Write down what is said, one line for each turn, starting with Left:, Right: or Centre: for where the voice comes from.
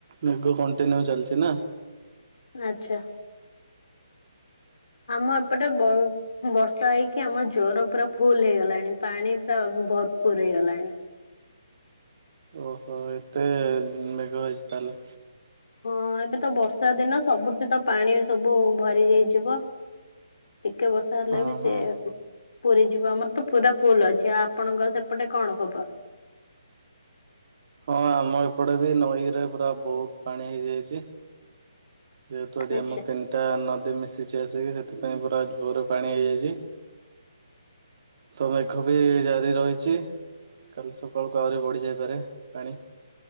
Right: ମେଘ କଣ୍ଟିନ୍ୟୁ ଚାଲିଛି ନା।
Left: ଆଛା ଆମ ଏପଟେ ବ ବର୍ଷା ହେଇକି ଆମ ଜୋର୍ ପୁରା ଫୁଲ ହେଇଗଲାଣି ପାଣି ପୁରା ଭରପୁୁର ହେଇଗଲାଣି।
Right: ଓହୋ ଏତେ ମେଘ ହେଇଛି ତାହେଲେ
Left: ହଁ ଏବେ ତ ବର୍ଷା ଦିନ ସବୁଥି ତ ପାଣି ସବୁ ଭରି ହୋଇଯିବ। ଟିକେ ବର୍ଷ ତାହଲେ
Right: ହଁ
Left: ବି ସେ
Right: ହଁ
Left: ପୁରି ଯିବ ଆମର ତ ପୁରା ଭୁଲ ଅଛି ଆଉ ଆପଣଙ୍କର ସେପଟେ କଣ ଖବର?
Right: ହଁ ଆମ ଏପଟେ ବି ନଈରେ ପୁରା ବହୁତ ପାଣି ହେଇଯାଇଛି। ଯେହେତୁ ଏଠି
Left: ଆଚ୍ଛା।
Right: ଆମ ତିନିଟା ନଦୀ ମିଶିଛି ଆସିକି ସେଥିପାଇଁ ପୁରା ଜୋରେ ପାଣି ହେଇଯାଇଛି। ତ ମେଘ ବି ଜାରି ରହିଛି କାଲି ସକାଳକୁ ଆହୁରି ବଢ଼ିଯାଇପାରେ ପାଣି।